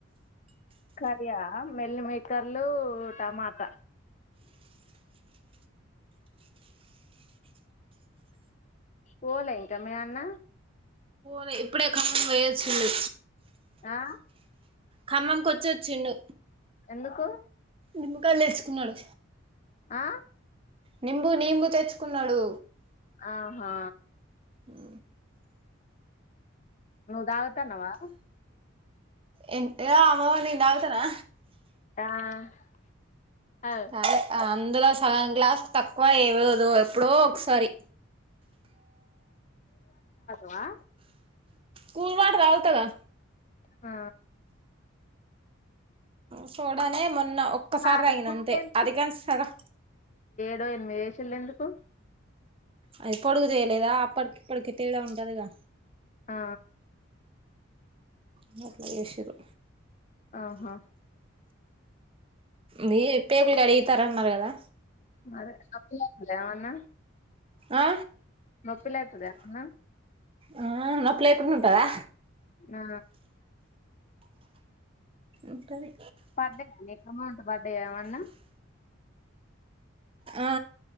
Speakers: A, on the left; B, on the right.
A: కరియా మెల్ మేకర్లూ టమాటా పోలే ఇంక మీయన్న
B: లె ఇప్పుడే ఖమ్మం పోయోచ్చిండు
A: ఆ
B: ఖమ్మంకొచ్చోచ్చిండు
A: ఎందుకు
B: నిమ్మకాయల్ తెచ్చుకున్నడు
A: ఆ
B: నింబు నీంబు తెచ్కున్నడూ
A: ఆహా
B: ఆ
A: నువ్ దాగుతన్నవా
B: ఎం ఏ అవ్వో నేన్దాగుతనా
A: ఆ అవ్
B: తాగలే అందులో సగన్ గ్లాస్ తక్కువ ఏవదు ఎప్పుడో ఒకసారి
A: వా
B: కూల్ వాటర్ తాగుతాగా
A: ఆ
B: సోడానే మొన్న ఒక్కసారి
A: కాదు
B: తాగిన
A: కుట్లేని
B: అంతే అదికాని సగం
A: దో ఎనిమిది యేషిల్ ఎందుకు
B: అది పొడుగు జేయలేదా అప్పటికి ఇప్పటికి తేడా ఉంటదిగా
A: ఆ
B: గట్లజెషిరు
A: ఆహా
B: నీరు ఇటైపులు కడిగితరన్నరు గదా
A: మరే కప్పు నొత్తుందా ఏవన్న
B: ఆ
A: నొప్పిలేత్తదా ఏమన్నా
B: ఆ నొప్పి లేకుండా ఉంటదా
A: ఆ
B: ఉంటది
A: పడ్డయా నీకు అమౌంట్ పడ్డయా ఏమన్నా
B: ఆ